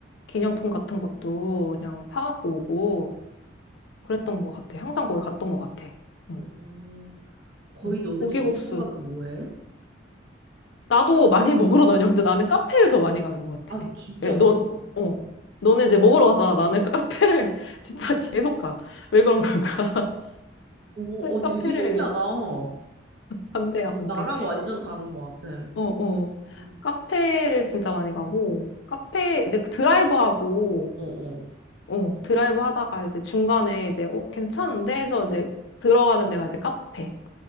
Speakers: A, on the left (about 65°); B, on the right (about 60°).
A: 기념품 같은 것도 그냥 사갖고 오고 그랬던 것 같아. 항상 거기 갔던 것 같아. 응.
B: 오, 거의
A: 응.
B: 너는
A: 고기국수
B: 제주도 가면 뭐 해?
A: 나도 많이 <laughs> 먹으러 다녀. 근데 나는 카페를 더 많이 가는 것 같아.
B: 아, 진짜로?
A: 예, 넌, 어. 너는 이제 먹으러 가잖아. 나는 카페를 <laughs> 진짜 계속 가. 왜 그런 걸까?
B: 오,
A: <laughs>
B: 어,
A: 카페를
B: 되게 신기하다. 어,
A: 반대야, 반대.
B: 나랑 완전 다른 것 같아.
A: 어, 어.
B: 음.
A: 카페를 진짜 많이 가고, 카페 이제 드라이브 하고,
B: 어, 어.
A: 어, 드라이브 하다가 이제 중간에 이제, 어, 괜찮은데? 해서 이제 들어가는 데가 이제 카페.